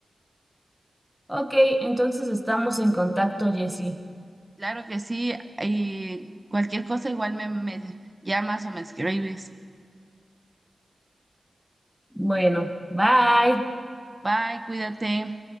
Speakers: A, in the centre; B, on the right.
A: Ok, entonces estamos en contacto, Jessy.
B: Claro que sí, y cualquier cosa igual me, me llamas o me escribes.
A: Bueno, bye.
B: Bye, cuídate.